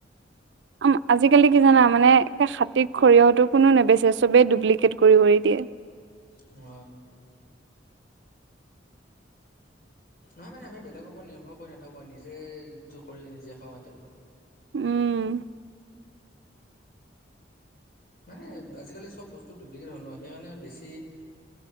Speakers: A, on the right; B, on the left.
A: অ আজিকালি কি জানা মানে খাতীৰ সৰিয়হটো কোনো নেবেচে চবেই ডুপ্লিকেট কৰি কৰি দিয়ে।
B: অ নহয় মানে আমি বেলেগৰ ওৰত নিৰ্ভৰ কৰি নাথাকো আৰু নিজে যিটো কৰে নিজে খাওঁ ইতে
A: উম
B: মানে আজিকালি চব বস্তু ডুপ্লিকেট হ'ল ন সেইকাৰণে বেছি-